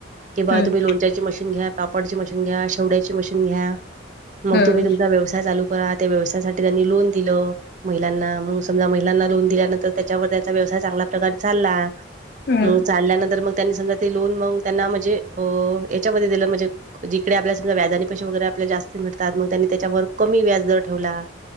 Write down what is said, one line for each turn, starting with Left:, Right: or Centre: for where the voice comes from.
Right: किं
Left: हम्म
Right: तुम्ही लोणच्याची ची मशीन घ्या पापडची मशीन घ्या शेवड्याची मशीन घ्या मग
Left: हम्म
Right: तम्ही तुमचा व्यसाय चालू त्या व्यवसायासाठी लोन दिल महिलांना मग समजा महिलांना लोन दिल्यानंतर त्याच्यावर त्याचा व्यवसाय चांगल्या प्रकारे चालला
Left: हम्म
Right: चालल्यानंतर मग त्यांनी समजा ते लोन मग त्यांना म्हणजे अ याच्यामध्ये दिलं म्हणजे जिकडे आपल्या समजा व्याजाने पैसे वगैरे आपल्याला जास्त मिळतात मग त्यांनी त्याच्यावर कमी व्याज दर ठेवला.